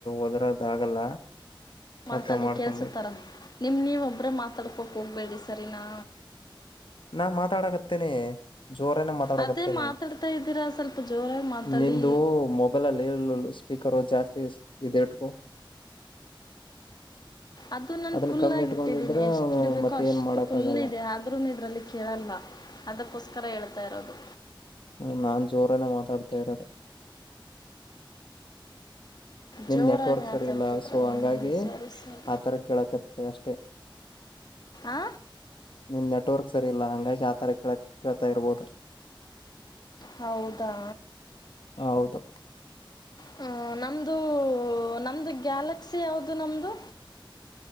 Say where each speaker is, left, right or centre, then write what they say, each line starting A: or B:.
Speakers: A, on the left; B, on the left.
A: ಒದ್ರದ್ ಆಗಲ್ಲ.
B: ಮಾತಾಡಿ
A: ಅರ್ಥ ಮಾಡ್ಕೊಬೇಕು
B: ಕೇಳ್ಸತರ ನಿಮ್ ನೀವ್ ಒಬ್ರೇ ಮಾತಾಡ್ಕೋಕ್ ಹೋಗ್ಬೇಡಿ ಸರಿನಾ.
A: ನಾ ಮಾತಾಡಕತ್ತೇನಿ. ಜೋರನೆ ಮಾತಾಡಕತ್ತೆನಿ
B: ಅದೇ ಮಾತಾಡ್ತಾ ಇದ್ದೀರಾ ಸ್ವಲ್ಪ ಜೋರಾಗಿ ಮಾತಾಡಿ
A: ನಿಂದು ಮೊಬ್ ಬೈಲ್ ಅಲ್ಲಿ ಸ್ಪೀಕರ್ ಜಾಸ್ತಿ ಇಸ್ ಇದಿಟ್ಕೊ.
B: ಅದು ನಾನ್
A: ಅದನ್ನ
B: ಫುಲ್
A: ಕಮ್ಮಿ
B: ಆಗ್
A: ಇಟ್ಕೊಂಡಿದ್ರ
B: ಇಟ್ಟಿದ್ದೀನಿ ಎಷ್ಟು ಇಡ್ಬೇಕೋ
A: ಮತ್ತೆ
B: ಅಷ್ಟು
A: ಏನ್ ಮಾಡಕ್
B: ಫುಲ್
A: ಆಗಲ್ಲ
B: ಇದೆ ಆದ್ರುನು ಇದ್ರಲ್ಲಿ ಕೇಳಲ್ಲ ಅದುಕ್ಕೋಸ್ಕರ ಹೇಳ್ತಾ ಇರೋದು.
A: ಹ್ಮ ನಾನ್ ಜೋರನೇ ಮಾತಾಡ್ತಾ ಇರೋದು. ನಿನ್
B: ಜೋರಾಗ್
A: ನೆಟ್ವರ್ಕ್
B: ಮಾತಾಡ್ತಿದ್ರ
A: ಸರಿ ಇಲ್ಲ ಸೊ
B: ಹ್ಮ
A: ಹಂಗಾಗಿ
B: ಸರಿ ಸರಿ.
A: ಆತರ ಕೇಳಕತ್ತೆ ಅಷ್ಟೇ
B: ಆ
A: ನಿನ್ ನೆಟ್ವರ್ಕ್ ಸರಿ ಇಲ್ಲ ಹಂಗಾಗಿ ಆತರ ಕಳ್ ಕೇಳ್ತಾ ಇರ್ಬೋದು.
B: ಹೌದಾ
A: ಹೌದು
B: ಹ ನಮ್ದು ನಮ್ದು ಗ್ಯಾಲಕ್ಸಿ ಯಾವ್ದು ನಮ್ದು.